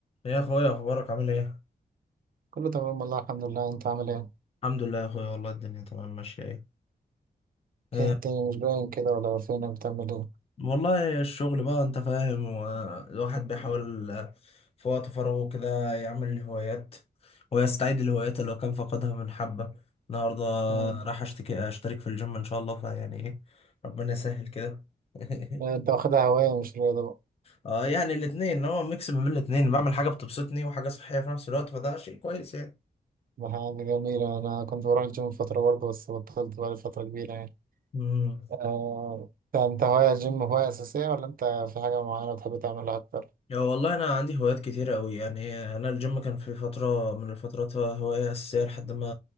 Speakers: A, on the left; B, on the right.
A: يا اخويا اخبارك عامل ايه
B: كله تمام والله الحمد لله انت عامل ايه؟
A: الحمد لله يا اخويا والله الدنيا تمام ماشيه ايه إيه،
B: ايه الدنيا مش باين كده ولا فينك بتعمل ايه؟
A: والله الشغل بقى انت فاهم والواحد بيحاول في وقت فراغه كده يعمل الهوايات ويستعيد الهوايات اللي هو كان فقدها من حبة النهاردة
B: مم.
A: راح اشتكي اشترك في الجيم ان شاء الله فيعني ايه ربنا يسهل كده <laughs>
B: انت واخدها هواية مش رياضة بقى
A: اه يعني الاتنين هو ميكس ما بين الاتنين بعمل حاجة بتبسطني وحاجة صحية في نفس الوقت فده شيء كويس
B: ده حاجة جميلة أنا كنت بروح الجيم فترة برضه بس بطلت بقالي فترة كبيرة يعني
A: يعني
B: آه... انت انت هواية الجيم هواية أساسية ولا انت في حاجة معينة بتحب تعملها أكتر؟
A: يا والله انا عندي هوايات كتيرة قوي يعني انا الجيم كان في فترة من الفترات هواية اساسية لحد ما